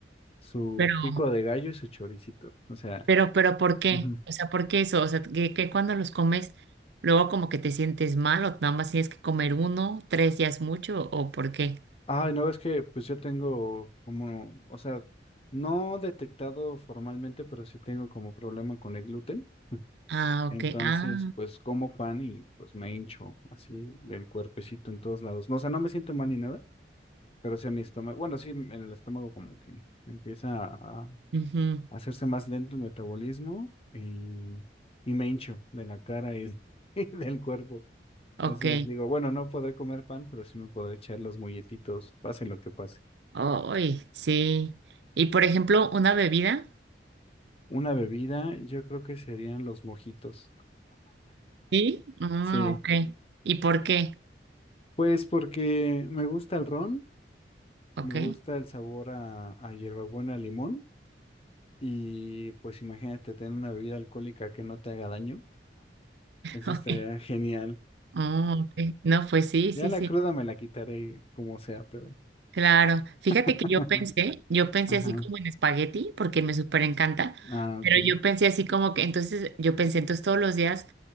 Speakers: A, on the left; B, on the right.
A: su
B: Pero,
A: pico de gallo y su choricito. O sea,
B: pero, pero, ¿por qué?
A: ujú.
B: O sea, ¿por qué eso? O sea, que, que cuando los comes, luego como que te sientes mal o nada más tienes que comer uno, tres ya es mucho o por qué?
A: Ay, no, es que pues yo tengo como, o sea, no detectado formalmente, pero sí tengo como problema con el gluten.
B: Ah, ok.
A: Entonces,
B: Ah,
A: pues como pan y pues me hincho así del cuerpecito en todos lados. No, o sea, no me siento mal ni nada Pero sí, mi estómago, bueno, sí, en el estómago como que empieza a, a
B: ujú,
A: hacerse más lento el metabolismo y, y me hincho de la cara y, de- <laughs> y del cuerpo.
B: Ok.
A: Entonces digo, bueno, no podré comer pan, pero sí me podré echar los molletitos, pase lo que pase.
B: Ay, sí. Y por ejemplo, una bebida.
A: Una bebida, yo creo que serían los mojitos.
B: Sí. Ah,
A: Sí,
B: ok. ¿Y por qué?
A: pues porque me gusta el ron,
B: Ok,
A: me gusta
B: <laughs>
A: el sabor a, a hierbabuena, limón y pues imagínate tener una bebida alcohólica que no te haga daño. Eso
B: ok.
A: estaría genial.
B: Ah, ok. No, pues sí,
A: Ya
B: sí,
A: la
B: sí.
A: cruda me la quitaré como sea, pero.
B: Claro. Fíjate
A: <laughs>
B: que yo pensé, yo pensé
A: Ajá.
B: así como en espagueti, porque me súper encanta,
A: Ah, ok.
B: pero yo pensé así como que, entonces, yo pensé, entonces todos los días,